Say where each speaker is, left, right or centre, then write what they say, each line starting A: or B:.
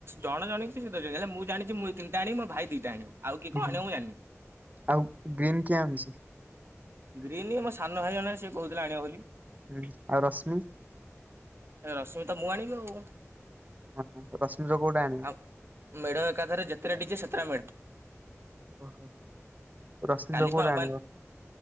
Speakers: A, on the right; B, on the right.
A: ଜଣ ଜଣ ଜଣ ହେଲେ ମୁଁ ଜାଣିଛି ମୁଁ ତିନିଟା ଆଣି ମୋ ଭାଇ ଦିଟା ଆଣିବ। ଆଉ କିଏ କଣ
B: ହୁଁ
A: ଆଣିବ ମୁଁ ଜାଣିନି।
B: ଆଉ ଗ୍ରୀନ୍ କିଏ ଆଣିଛି?
A: ଗ୍ରୀନ୍ ମ -ମ ସାନ ଭାଇ ଜଣ ସେ କହୁଥିଲା ଆଣିବ ବୋଲି
B: ହୁଁ ଆଉ ରଶ୍ମି
A: ରଶ୍ମିତା ମୁଁ ଆଣିବି ଆଉ
B: ହଁ ରଶ୍ମିର କୋଉଟା ଆଣିବ?
A: ହ ମେଢ଼ ଏକାଥରେ ଯେତେଟା ଡି ଜେ ସେତେଟା ମେଢ଼।
B: ଓହୋ ରଶ୍ମିର
A: କାଲି
B: କଉରା
A: ପା ଅମ୍ବାନୀ
B: ଆଣିବ?